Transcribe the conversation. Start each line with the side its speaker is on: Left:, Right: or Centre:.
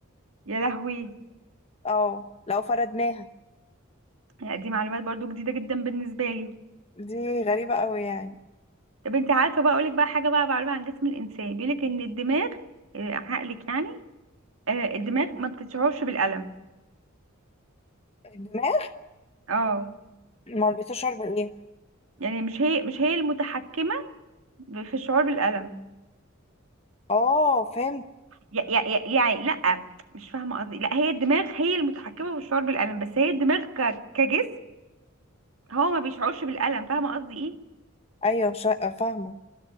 Right: يا لهوي
Left: اه لو فردناها
Right: لا دي معلومات برضو جديدة جدا بالنسبة لي
Left: دي غريبة قوي يعني
Right: طب انت عارفة بقى اقولك بقى حاجة بقى معلومة عن جسم الانسان بيقولك ان الدماغ آه، عقلك يعني آه، الدماغ ما بتشعرش بالألم
Left: الدماغ
Right: اه
Left: ما البسوش شرب ايه
Right: يعني مش هي مش هي المتحكمة في الشعور بالألم
Left: اه فهمت
Right: يع- يع- يعني لا مش فاهمه قصدي لا هي الدماغ هي المتحكمه بالشعور بالالم بس هي الدماغ ك... كجسم هو ما بيشعرش بالالم فاهمه قصدي ايه
Left: ايوه شقة فاهمة